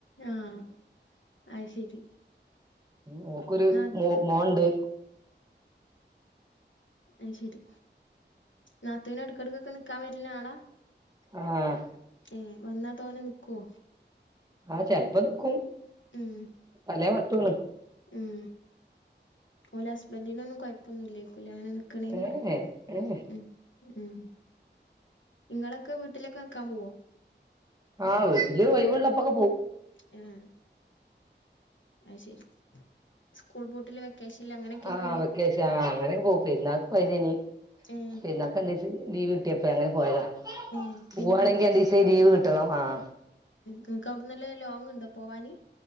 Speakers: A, on the left; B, on the right.
A: ആഹ് അഹ് ശരി
B: മോക്കൊരു
A: നാ
B: മോ മോണ്ട്
A: അഹ് ശരി നാത്തൂന് എട്കട്ക്കൊക്കെ നിക് ക്കാ വര്ന ആളാ
B: ആഹ്
A: ഏ വന്നാ തോനെ നിക്കോ
B: ആ ചെൽപ്പോ നിക്കും
A: ഉം
B: ല്ലേ പറ്റുള്ളു
A: ഉം ഓലെ ഹസ്ബൻഡിനൊന്നും കൊയ് പൊന്നുല്ലെയ്കു കുലെ ങ്ങനെ നിക്കണേയ്ന്
B: ഏ ഏ ഏ
A: ഉം ഉം നിങ്ങളൊക്കെ വീട്ടിലൊക്കെ കാമ്പോവോ
B: ആഹ് വീട്ടില് ഒഴിവുള്ളപ്പോൾ പോവും
A: ഉം അഹ് ശരി സ്കൂൾ പൂട്ടില് വെക്കേഷനില് അങ്ങനെയൊക്കെയാ
B: ആഹ്
A: പോവല്
B: വെക്കഷൻ ആ അങ്ങനെക്കെ പോകും പെരുന്നാൾക് പോയതേനി
A: ഏഹ്
B: പെര്ന്നാക്കെന്തേചെയ്യ ലീവ് കിട്ട്യപ്പോ അങ്ങനെ പോയതാ
A: ഏഹ്
B: പോവാണെങ്കിരണ്ടീസേ
A: പിന്നെ
B: ലീവ് കിട്ടണം ആഹ്
A: നിൻക്ക്ക് അവിടുന്നല്ലെ ലോങ്ണ്ടോ പോവാന്